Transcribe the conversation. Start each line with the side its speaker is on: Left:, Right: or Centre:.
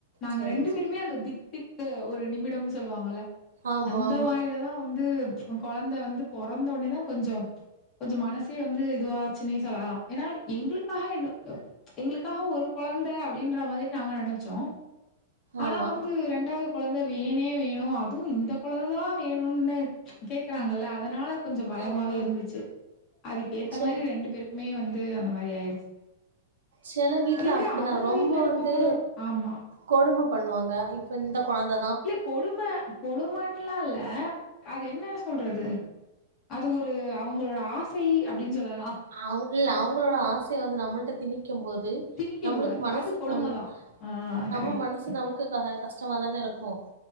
Left: நாங்க
Right: சேரி
Left: ரெண்டு
Right: சேரி
Left: பேருமே அந்த திக்திக்கு ஒரு நிமிடம்னு சொல்லுவாங்கல்ல
Right: ஆமா
Left: அந்த
Right: ஆமா
Left: மாரில தா வந்து கொழந்த வந்து பொறந்த உடனே தா கொஞ்சோ கொஞ்சோ மனசே வந்து இதுவாச்சுனே சொல்லலா ஏனா எங்களுக்காக என் அ ச்சு எங்களுக்காக ஒரு கொழந்த அப்டின்ற மாரி நாங்க நெனச்சோ ஆனா
Right: ஆமா
Left: வந்து ரெண்டாவது கொழந்த வேணே வேணு அதுவு இந்த கொழந்ததா வேணுனு ச்சு கேக்குறாங்கல்ல அதனால கொஞ்சோ பயமாவே
Right: ஆமா
Left: இருந்துச்சு அதுக்கு ஏத்த
Right: சே
Left: மாரி ரெண்டு பேருக்குமே வந்து அந்த மாரி ஆயிடுச்சு
Right: செல வீட்ல
Left: அதே மாரி
Right: அப்டிதா
Left: அவங்க
Right: ரொம்ப
Left: வீட்டுல இருக்கவங்களு
Right: வந்து
Left: ஆமா
Right: கொடும பண்ணுவாங்க இப்ப இந்த கொழந்த
Left: இல்ல கொடும கொடுமன்லா இல்ல அத என்ன சொல்றது அது ஒரு அவங்களோட ஆசை அப்டின் சொல்லலா
Right: அவங்கில் அவங்களோட ஆசைய வந்து நம்மள்ட்ட திணிக்கு போது
Left: திணிக்கக்கூடாது.
Right: நம்மளுக்கு மனசு
Left: அது கொடும
Right: அம்
Left: தான். ஆ
Right: நம்ம
Left: கரெக்ட்.
Right: மனசு நம்க்கு க கஷ்டமாதான இருக்கு